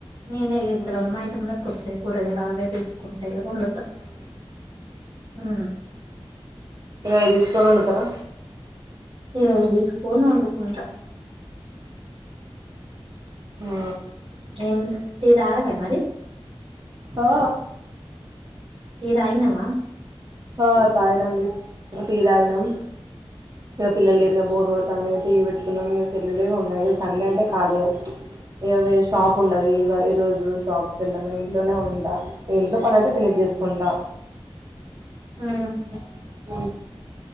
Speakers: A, on the right; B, on the right.
A: నేనే ఇక్కడ
B: మ్మ్
A: మా ఇంటి ముందర కి వస్తె కూరగాయల తీసుకుంట ఇక వండుతా ఆ
B: ఇక తీసుకొని వండుతారా
A: అ <unintelligible> పోను వండుకుంట
B: ఆ
A: ఎమ్స్ టీ తాగలే మరి
B: ఆ
A: టీ తాగినవా
B: ఆ తాగనండి టీ తాగినం ఇక పిల్లలేక బోర్ పడుతుంది టీవీ పెట్టుకున్నాం ఇక సెల్లులే ఉన్నాయి ఇక సండే అంటే ఖాళీ ఇక షాప్ ఉండదు ఇక ఈ రోజు షాప్ వెళ్ళాము ఇంట్లోనే ఉంటా ఇంట్లో పని అయితే ఫినిష్ చేసుకుంటా
A: ఉమ్.
B: <unintelligible>